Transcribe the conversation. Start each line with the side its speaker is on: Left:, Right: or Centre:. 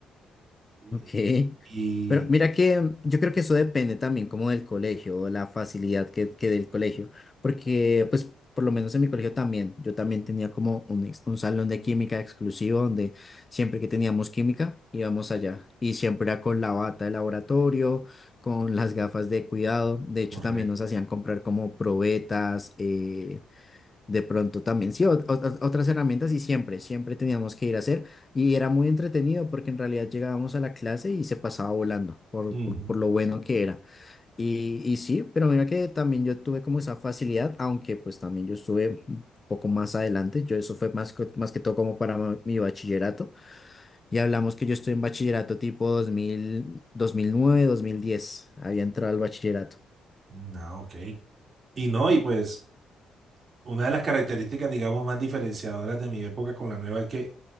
Right: eh,
Left: Ok,
Right: y...
Left: pero mira que yo creo que eso depende también como del colegio, o la facilidad que, que del colegio, porque pues por lo menos en mi colegio también, yo también tenía como un, ex- un salón de química exclusivo donde siempre que teníamos química íbamos allá y siempre era con la bata de laboratorio, con las gafas de cuidado, de hecho
Right: Correcto.
Left: también nos hacían comprar como probetas, eh, de pronto también, sí, ot- ot- otras herramientas y siempre, siempre teníamos que ir a hacer y era muy entretenido porque en realidad llegábamos a la clase y se pasaba volando por,
Right: Ujú,
Left: por, por lo bueno que era. Y, y sí, pero mira que también yo tuve como esa facilidad, aunque pues también yo estuve un poco más adelante, yo eso fue más, que- más que todo como para ma- mi bachillerato y hablamos que yo estoy en bachillerato tipo 2000, 2009, 2010, había entrado al bachillerato.
Right: ujú. Ah, ok. Y no, y pues una de las características, digamos, más diferenciadoras de mi época con la nueva es que